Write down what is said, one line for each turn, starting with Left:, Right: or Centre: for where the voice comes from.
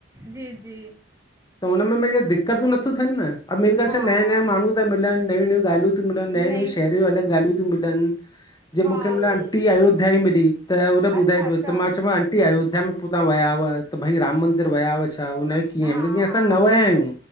Right: जी जी
Left: त हुन में मुं दिक दिकतूं नथयूं थियनि न। अ मेन ॻाल्हि
Right: हा
Left: छा नयां-नयां माण्हू त मिलनि, नयूं -नयूं ॻाल्हियूं थियूं मिलनि, नई-नई
Right: नई
Left: रियूं अलग ॻाल्हियूं थियूं मिलनि जीअं
Right: हा
Left: मूंखे मिला आंटी अयोध्या ई मिली। त हुन
Right: अच्छा
Left: ॿुधाए
Right: अच्छा
Left: पियो, त मां चयो आंटी अयोध्या में पोइ तां विया व त भई राम मंदरु विया हुआ छा, हुनजो कीअं?
Right: हा
Left: मतिलब जीअं
Right: हा
Left: असां न विया आहियूं,